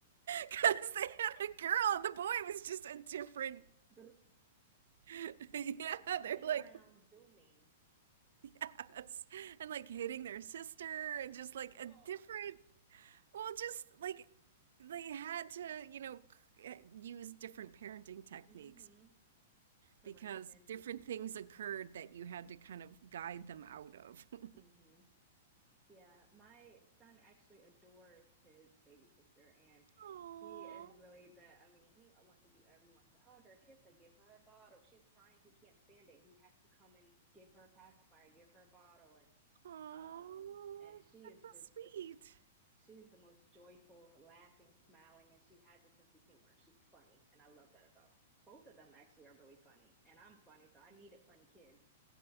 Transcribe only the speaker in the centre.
<laughs>
Running
around zooming.
Oh.
Mm-hmm.
To rein them in.
Mm-hmm. Yeah, my son actually adores his baby sister, and
he is really the. I mean, he wants to do everything. He wants to hug her, kiss her, give her a bottle. She's crying. He can't stand it. He has to come and give her a pacifier, give her a bottle, and
um, and she
is just.
She's the most joyful, laughing, smiling, and she has a sense of humor. She's funny, and I love that about both of them. Actually, are really funny, and I'm funny, so I needed funny kids.